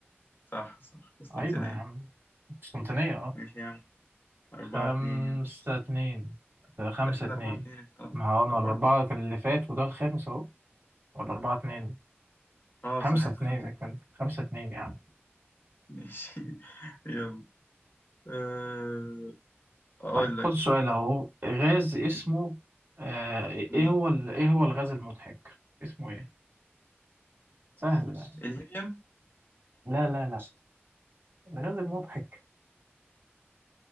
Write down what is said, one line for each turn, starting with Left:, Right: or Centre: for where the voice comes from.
Left: صح صح قسطنطينية
Right: أيوة يا عم قسطنطينية اه
Left: ماشي يعني أربعة
Right: خمسة
Left: اتنين يعني
Right: اتنين خمسة
Left: لا كده
Right: اتنين
Left: أربعة اتنين انت- آه،
Right: ما هو أنا
Left: أربعة
Right: الأربعة
Left: اتنين
Right: كان اللي فات وده الخامس أهو ولا أربعة اتنين
Left: آه
Right: خمسة
Left: صح أنت
Right: اتنين
Left: خمسة
Right: كان خمسة اتنين يا عم
Left: ماشي <laughs> يلا آه أقول
Right: طيب خد
Left: لك
Right: السؤال أهو غاز اسمه آه إيه إيه
Left: ماشي
Right: هو ال... إيه هو الغاز المضحك اسمه إيه سهل يعني.
Left: الهيليوم
Right: لا لا لا الغاز المضحك